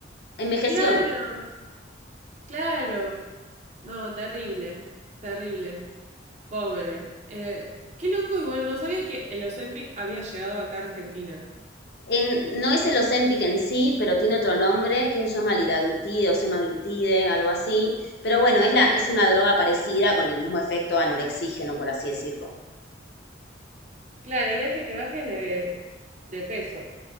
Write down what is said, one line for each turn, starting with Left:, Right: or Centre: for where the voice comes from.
Left: Envejeció.
Right: Claro, claro. No, terrible, terrible. Pobre. Eh, qué loco, igual no sabía que el Ozempic había llegado acá a Argentina.
Left: En- no es el Ozempic en sí, pero tiene otro nombre que se llama liraglutide o semaglutide, algo así. Pero bueno, es la, es una droga parecida con el mismo efecto anorexígeno, por así decirlo.
Right: Claro, y hace que bajes de, de peso.